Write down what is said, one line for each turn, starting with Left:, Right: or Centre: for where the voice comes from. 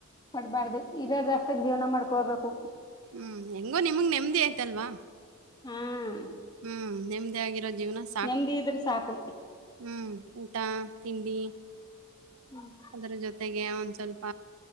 Left: ಮಾಡಡ್ಬಾರ್ದು ಇದರ ದಷ್ಟಕ್ ಜೀವನ ಮಾಡ್ಕೋರ್ಬೇಕು
Right: ಹ್ಮ್ ಹೆಂಗೋ ನಿಮಗ್ ನೆಮ್ಮ ಆಯ್ತಲ್ವಾ
Left: ಹ್ಮ್
Right: ಹ್ಮ್ ನೆಮ್ದೇ ಆಗಿರೋ ಜೀವನ ಸಾಕು
Left: ನೆಮದಿ ಇದ್ರರು ಸಾಕು
Right: ಹ್ಮ್ ಊಟ ತಿಂಡಿ
Left: ಹ್ಮ್
Right: ಅದ್ರ ಜೊತೆಗೆ ಒಂದ್ ಸ್ವಲ್ಪ